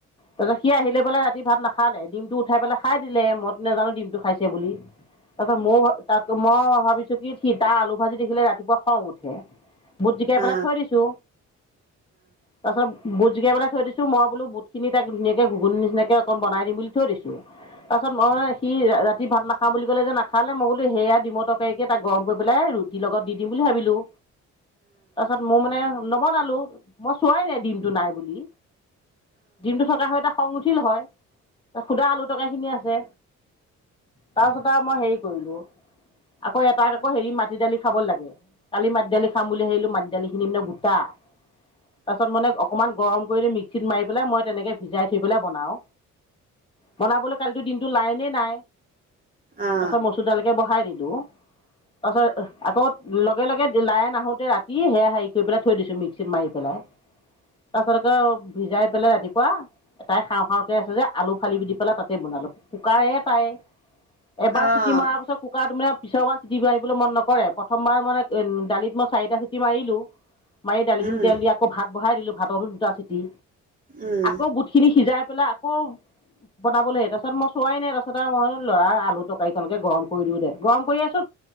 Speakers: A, on the left (about 15°); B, on the right (about 30°).
A: তাৰপিছত সি আহিলৈ পেলাই ৰাতি ভাত নাখালে ডিমটো উঠাই পেলাই খাই দিলে মইটো নোজানো ডিমটো খাইছে বুলি। তাৰপাছত মই তাত মই ভাবিছো কি সি তা আলু ভাজি দেখিলে ৰাতিপুৱা খং উঠে। বুট জিকাই
B: অহ
A: পেলাই
B: অহ অহ অহ অহ অহ অহ অহ অহ
A: থৈ দিছো তাৰপিছত বুট জিকাই পেলাই থৈ দিছোঁই বুটখিনি ত ধুনীয়াক ঘূগুনি নিচিনাক অকণ বনাই দিম থৈ দিছোঁ। তাৰপাছত মই মানে সি ৰাতি ভাত নাখাওঁ বুলি ক'লে যে নাখালে মই বোলো সেয়া ডিমটকাৰীকে তাক গৰম কৰি পেলাই ৰুটিৰ লগত দি দিম বুলি ভাবিলোঁ তাৰপিছত মোৰ মানে। নবনালো মই চোৱাই নাই ডিমটো নাই বুলি ডিমটো থকা সৈতে সং উঠি ঠিল হয়, খুদা আলু টৰকাইখিনি আছে। তাৰপিছত আৰু মই হেৰি কৰিলো। আকৌ এটাক আকৌ হেৰি মাতি মাটি দালি খাব লাগে। কালি মাত দালি খাম বুলি ভাবিলো মাত দালি খিনি ন গোটা। তাৰপিছত মানে অকমান গৰম কৰি মিক্সিত মাৰি পেলাই মই তেনেকে ভিজাই থৈ পেলাই বনাওঁ। বনাবলৈ কালিতো দিনটো লাইনে নাই।
B: অহ অহ
A: তাৰছত মচুৰডাইলকে বহাই দিলো। তাৰপাছত আকৌ লগে লগে লাই আহোতে ৰাতি সেয়া হেৰি কৰি পেলাই থৈ দিছো মিক্সিত মাৰি পেলাই। তাৰপিছত ভিজাই পেলাই ৰাতিপুৱা এটাই খাওঁ খাওঁকে আছে যে আলু ফালি দি পেলাই তাতে বনাই কুকাৰে পাই। এবাৰ
B: অহ
A: চিটি মৰাৰ পিছত কুকাৰ তুমি পিছৰবাৰ <unintelligible> মন নকৰে। প্ৰথমবাৰ মানে উ দালিত মই চাৰিটা চিটি মাৰিলো। মাৰি দালিখিনি
B: উম
A: তেল দি, আকৌ ভাত বহাই দিলোঁ। ভাততো দুটা চিটি
B: উম
A: আকৌ বুটখিনি সিজাই পেলাই আকৌ বনাবলৈহে তাৰপাছত মই চোৱাই নাই। তাৰপাছত আৰু মই ল'ৰা আলু তৰকাৰীখনকে গৰম কৰি দিওঁ দে। গৰম কৰি আছো